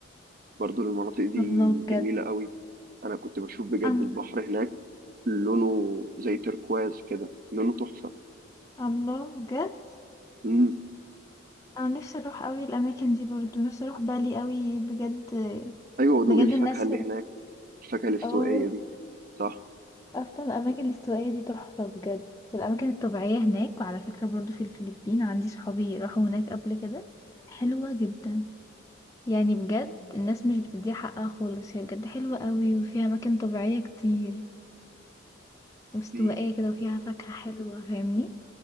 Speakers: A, on the right (about 45°); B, on the left (about 15°).
A: برضو المناطق دي
B: الله بجد
A: جميلة قوي أنا كنت بشوف بجد
B: أنا
A: البحر هناك لونه زي تركواز كده لونه تحفة
B: الله بجد
A: مم.
B: أنا نفسي أروح أوي الأماكن دي برضو نفسي أروح بالي أوي بجد
A: أيوة
B: بجد
A: ودوق الفاكهة
B: الناس
A: اللي هناك الفاكهة الاستوائية
B: اه
A: دي صح
B: اصلا الاماكن الاستوائية دي تحفة بجد الاماكن الطبيعية هناك وعلى فكرة برضو في الفلبين عندي صحابي راحوا هناك قبل كده حلوة جدا يعني بجد الناس مش بتديها حقها خالص هي بجد حلوة قوي وفيها أماكن طبيعية كتير واستوائية
A: دي
B: كده وفيها فاكهة حلوة فاهمني